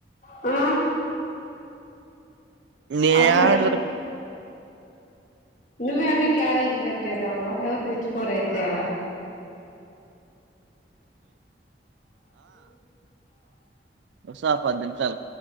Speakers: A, on the left (about 45°); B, on the right (about 80°).
A: మ్
B: నేనేడ
A: అప్పులెయ్ నువ్వే అన్ని క్యారర్లు కట్ ట్టేసావ్ వాల్లేవ్వరు తెచ్చుకోరయితే
B: వస్తా పది నిమిషాలు